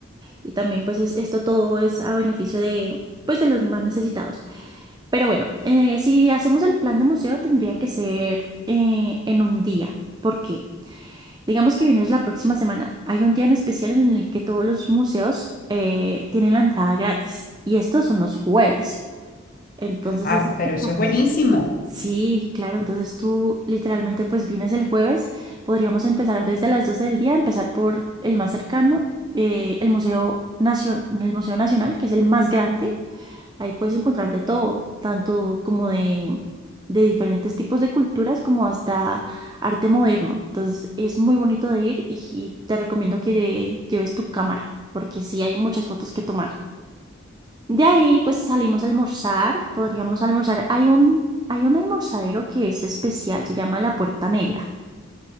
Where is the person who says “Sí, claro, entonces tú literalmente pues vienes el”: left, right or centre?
Right